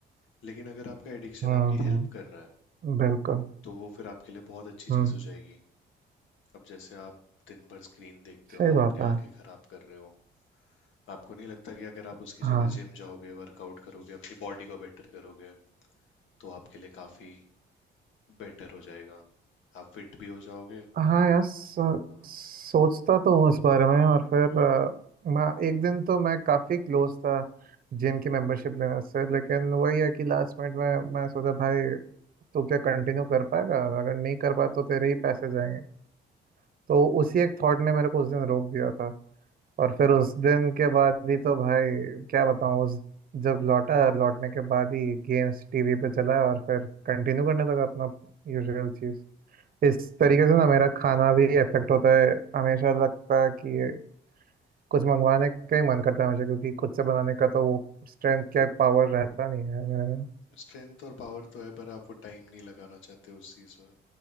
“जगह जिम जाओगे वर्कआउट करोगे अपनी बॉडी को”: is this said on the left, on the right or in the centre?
Left